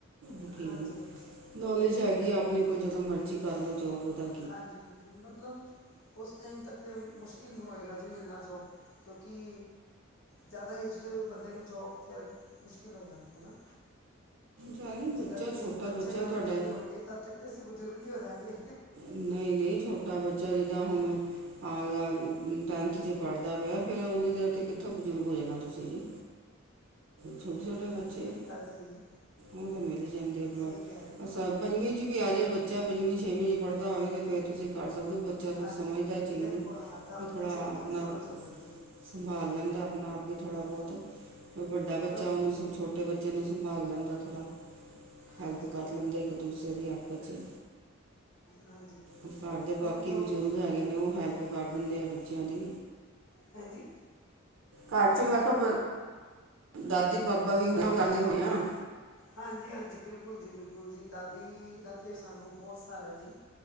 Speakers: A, on the right; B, on the left.
A: ਵਕੀਲ
B: ਹਾਂਜੀ
A: ਨ
B: ਹਾਂਜੀ
A: ਨੌਲੇਜ ਹੈਗੀ ਆਪਨੇ ਕੋਲ ਜਦੋਂ ਮਰਜ਼ੀ ਕਰ ਲੋ ਜੋਬ ਓਦਾ
B: ਹਾਂਜੀ-ਹਾਂਜੀ ਮਤਲਬ ਉਸ ਟਾਈਮ ਤੱਕ ਤੇ ਮੁਸ਼ਕਿਲ ਵੀ ਹੋਏਗਾ ਜੀ ਮਿਲਨਾ ਜੋਬ ਕਿਓਂਕਿ ਜਾਦਾ ਏਜਡ ਬੰਦੇ ਨੂੰ ਜੋਬ ਫਿਰ ਮੁਸ਼ਕਿਲ ਹੋ ਜਾਂਦੀ ਐ ਨਾ।
A: ਜਾਨੀ
B: ਜਿੱਦਾਂ
A: ਬੱਚਾ
B: ਕੀ
A: ਛੋਟਾ
B: ਬੱਚੇ
A: ਬੱਚਾ
B: ਅਗਰ
A: ਤੁਹਾਡਾ
B: ਵੱਡੇ ਵੀ ਹੋਨਗੇ ਤਦ ਤੱਕ ਤਾਂ ਅਸੀਂ ਬਜ਼ੁਰਗ ਈ ਹੋਜਾਂਗੇ।
A: ਨਈਂ-ਨਈਂ ਛੋਟਾ ਬੱਚਾ ਜਿੱਦਾਂ ਹੁਨ ਆ ਲਾਲ ਟੈਨਥ ਚ ਪੜਦਾ ਪਿਆ ਫਿਰ ਓਨੀ ਦੇਰ ਤੀਕ ਕਿੱਥੋਂ ਬਜ਼ੁਰਗ ਹੋ ਜਾਨਾ ਤੁਸੀਂ ਜੀ। ਛੋਟੇ-ਛੋਟੇ
B: ਹਾਂਜੀ
A: ਬੱਚੇ
B: ਇਹ
A: ਆ
B: ਵੀ ਗੱਲ ਸਹੀ ਹੈ
A: ਓ ਤਾਂ ਮਿਲ ਈ ਜਾਂਦੇ ਆ ਬਾਰ
B: ਸਹੀ ਕਹਿ ਰਹੇ ਹੋ
A: ਅਸਲ ਪੰਜਵੀਂ 'ਚ ਵੀ ਆ ਜਾਵੇ ਬੱਚਾ ਪੰਜਵੀਂ ਛੇਵੀਂ 'ਚ ਪੜ੍ਹਦਾ ਹੋਵੇ ਤਾਂ ਫਿਰ ਤੁਸੀਂ ਕਰ ਸਕਦੇ ਹੋ ਗੱਲ। ਤੇ ਫਿਰ
B: ਹਾਂਜੀ
A: ਸਮਝਦਾ
B: ਹਾਂਜੀ
A: ਚੀਜ਼
B: ਫਿਰ
A: ਨੂੰ,
B: ਉਹ ਹਾਂ ਤਾਂ
A: ਫਿਰ
B: ਵੀ
A: ਥੋੜ੍ਹਾ
B: ਬੱਚੇ ਨੂੰ ਥੋੜੀ
A: ਆਪ ਨਾ
B: ਸਮਝ ਹੋ ਜਾਂਦੀ ਹੈ
A: ਸੰਭਾਲ ਲੈਂਦਾ ਆਪਣਾ ਆਪ ਵੀ ਥੋੜਾ ਬਹੁਤ। ਫਿਰ ਵੱਡਾ
B: ਮਤਲਬ
A: ਬੱਚਾ ਉਹਨੂੰ ਸਭ ਛੋਟੇ ਬੱਚਿਆਂ ਨੂੰ ਸੰਭਾਲ ਲੈਂਦਾ, ਥੋੜ੍ਹਾ
B: ਹਾਂਜੀ
A: ਹੈਲਪ
B: ਹਾਂਜੀ
A: ਕਰ ਲੈਂਦੇ ਆ। ਇੱਕ ਦੂਸਰੇ ਦੀ ਆਪਸ 'ਚ।
B: ਹਾਂਜੀ
A: ਘਰ ਦੇ
B: ਹੁਣ
A: ਬਾਕੀ
B: ਜੋਬ
A: ਬਜ਼ੁਰਗ ਹੈਗੇ ਨੇ ਉਹ ਹੈਲਪ ਕਰ ਦਿੰਦੇ ਆ ਬੱਚਿਆਂ ਦੀ।
B: ਹੈਂ ਜੀ।
A: ਘਰ ਚ ਮੈਂ ਕਿਹਾ ਫੇਰ। ਦਾਦੀ ਬਾਬਾ ਵੀ ਹੈਲਪ ਕਰਦੇ ਹੋਣੇ ਆ।
B: ਹਾਂਜੀ-ਹਾਂਜੀ ਬਿਲਕੁਲ ਜੀ ਬਿਲਕੁਲ ਜੀ ਦਾਦੀ ਦਾ ਤੇ ਸਾਨੂੰ ਬਹੁਤ ਸਹਾਰਾ ਜੀ।